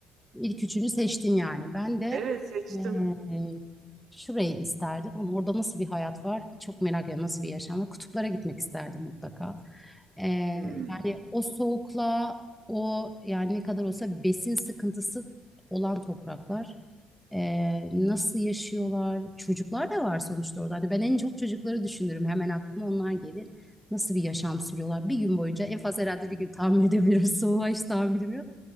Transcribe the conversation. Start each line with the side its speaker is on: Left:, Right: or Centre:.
Centre: İlk üçünü seçtin yani. Ben de
Right: Evet seçtim.
Centre: eee, şurayı isterdim ama orada nasıl bir hayat var çok merak ediyorum. Nasıl bir yaşam var? Kutuplara gitmek isterdim mutlaka. Eee,
Right: Hmm.
Centre: yani o soğukla o yani ne kadar olsa besin sıkıntısı olan topraklar. Eee, nasıl yaşıyorlar? Çocuklar da var sonuçta orada. Hani ben en çok çocukları düşünürüm. Hemen aklıma onlar gelir. Nasıl bir yaşam sürüyorlar? Bir gün boyunca en fazla herhalde bir gün tahammül edebilirim. <laughs> Soğuğa hiç tahammülüm yok.